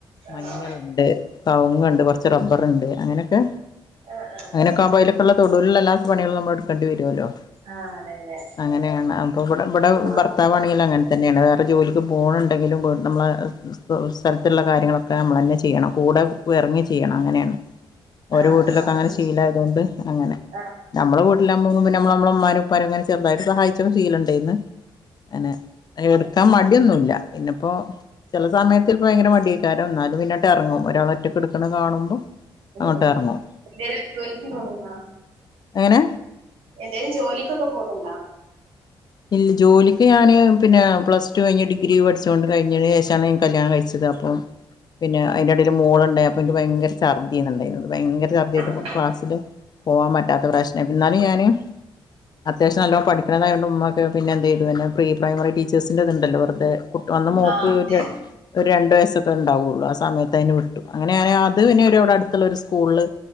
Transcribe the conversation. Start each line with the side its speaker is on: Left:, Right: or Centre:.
Left: മഞ്ഞൾണ്ട്
Right: ആണോ
Left: കവുങ്ങ് ഉണ്ട് കുറച്ച് റബ്ബർണ്ട് അങ്ങനെയൊക്കെ
Right: ആഹ് ആഹ്
Left: അങ്ങനെയൊക്കെ ആവുമ്പോ അതിലെ തൊടുല്ല എല്ലാ പണികും നമ്മൾ എടുക്കേണ്ടി വരുല്ലോ
Right: ആഹ് അതെ അതെ
Left: അങ്ങനെയാണ് അപ്പ ഇവിടെ ഇവിടെ
Right: ഇങ്ങ
Left: ഭർത്താവ ആണെങ്കിലും അങ്ങനെ തന്നെയാണ് വേറെ ജോലിക്ക് പോകണുണ്ടെിലും നമ്മള സ്ഥലത്തുള്ള കാര്യങ്ങളൊക്കെ നമ്മൾ തന്നെ ചെയ്യണം കൂടെ ഇറങ്ങി ചെയ്യണം അങ്ങനെയാണ് ഓരോ
Right: ആഹ്
Left: വീട്ടിലൊക്കെ
Right: ആഹ്
Left: അങ്ങനെ
Right: ഇഷ്
Left: ശീലായത കൊണ്ട് അങ്ങനെ
Right: ആഹ് ആഹ്
Left: നമ്മളെ ല്ല നമ്മളമ്മമാരും ഉപ്പാരും അങ്ങെ ചെറുതായിട്ട സഹായിച്ചൊക്ക ചെയ്യലുണ്ടെ അനെ എടുക്കാൻ മടിയൊന്നുല്ല പിന്നപ്പോ ചില സമയത്തി ചെൽപ്പോ ഭയങ്കര മടിയക്കാരം എന്നാലും പിന്നിട്ട് ഇറങ്ങും ഒരാള ഒറ്റൊക്കെ എടുക്കണ കാണുമ്പോ
Right: ഓ
Left: അങ്ങോട്ട് ഇറങ്ങും
Right: എന്തേലും ജോലിക്ക് പോന്നുണ്ടോ
Left: എങ്ങനെ
Right: എന്തേലും ജോലിക്കൊക്കെ പോകുന്നുണ്ടോ
Left: ഇല്ല ജോലിക്ക് ഞാന് പിന്നെ പ്ലസ് ടു കഴിഞ്ഞ് ഡിഗ്രി പഠിച്ചോ കൊണ്ട് കഴിഞ്ഞതിന് ശേഷമാണ് കല്യാണം കഴിച്ചത് അപ്പം പിന്നെ അതിന്റെടയിയില് മോളുണ്ടായി അപ്പൊ എനിക്ക് ഭയങ്കര ഛർദിന്ണ്ടായി ഭയങ്കരഛർദി ആയിട്ട്
Right: ആണോ?
Left: ക്ലാസ്സില് പോവാൻ പറ്റാത്ത പ്രശ്നം ന്നാലും ഞാന് അത്യാവശ്യം നല്ലോണം പഠിക്കണതായൊണ്ട് ഉമ്മ പിന്നെ എന്തു ചെയ്തു പിന്നെ പ്രീ പ്രൈമറി ടീച്ചേഴ്സിന്റെ ഇതുണ്ടല്ലോ വെറുതെ അന്ന് മോക്ക്
Right: ആഹ് അതെ
Left: ഒരു രണ്ടു വയസൊക്കെ ഉണ്ടാവുകയുള്ളൂ ആ സമയത്ത് ത്തന് വിട്ടു അങ്ങനെ ഞാൻ അത് വിടെ അടുത്തുള്ള ഒരു സ്കൂള്